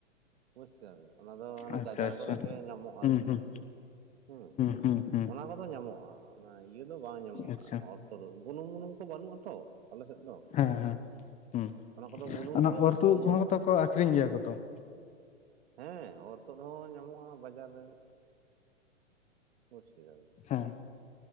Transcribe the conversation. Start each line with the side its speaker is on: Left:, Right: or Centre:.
Right: ᱵᱩᱡᱽ ᱠᱮᱫᱟᱵᱤᱱ ᱚᱱᱟ ᱫᱚ ᱦᱟᱱᱮ
Left: ᱟᱪᱪᱷᱟ
Right: ᱜᱟᱡᱟᱲ
Left: ᱟᱪᱪᱷᱟ
Right: ᱠᱚᱨᱮ ᱜᱮ ᱧᱟᱢᱚᱜ-ᱟ
Left: ᱦᱩᱸ
Right: ᱟᱨᱠᱤ
Left: ᱦᱩᱸ
Right: ᱵᱮᱥᱤ ᱦᱩᱸ᱾
Left: ᱦᱩᱸ ᱦᱩᱸ
Right: ᱚᱱᱟ ᱠᱚᱫᱚ ᱧᱟᱢᱚᱜ-ᱟ᱾ ᱚᱱᱟ ᱤᱭᱟᱹ ᱫᱚ ᱵᱟᱝ ᱧᱟᱢᱚᱜ-ᱟ
Left: ᱟᱪᱪᱷᱟ
Right: ᱚᱱᱟ ᱚᱨᱛᱩᱫ ᱤᱝ, ᱵᱩᱱᱩᱢ-ᱢᱩᱱᱩᱢ ᱠᱚ ᱵᱟᱹᱱᱩᱜ-ᱟ ᱛᱚ ᱟᱞᱮᱥᱮᱫ ᱫᱚ᱾
Left: ᱦᱮᱸ ᱦᱮᱸ ᱦᱩᱸ,
Right: ᱚᱱᱟ ᱠᱚᱫᱚ ᱵᱩᱱᱩᱢ
Left: ᱚᱱᱟ
Right: ᱨᱮᱜᱮ ᱵᱮᱥᱤ
Left: ᱚᱨᱛᱩᱫ
Right: ᱚᱢᱚᱱᱚᱜᱼᱟ
Left: ᱠᱚᱦᱚᱸ ᱛᱚᱠᱚ
Right: ᱟᱨᱠᱤ᱾
Left: ᱟᱠᱷᱨᱤᱧ ᱜᱮᱭᱟ ᱠᱚᱛᱚ?
Right: ᱦᱮᱸ ᱚᱨ ᱛᱩᱫ ᱦᱚᱸ ᱧᱟᱢᱚᱜ-ᱟ ᱵᱟᱡᱟᱨ ᱨᱮ᱾ ᱵᱩᱡᱽ ᱠᱮᱫᱟᱵᱮᱱ᱾
Left: ᱦᱮᱸ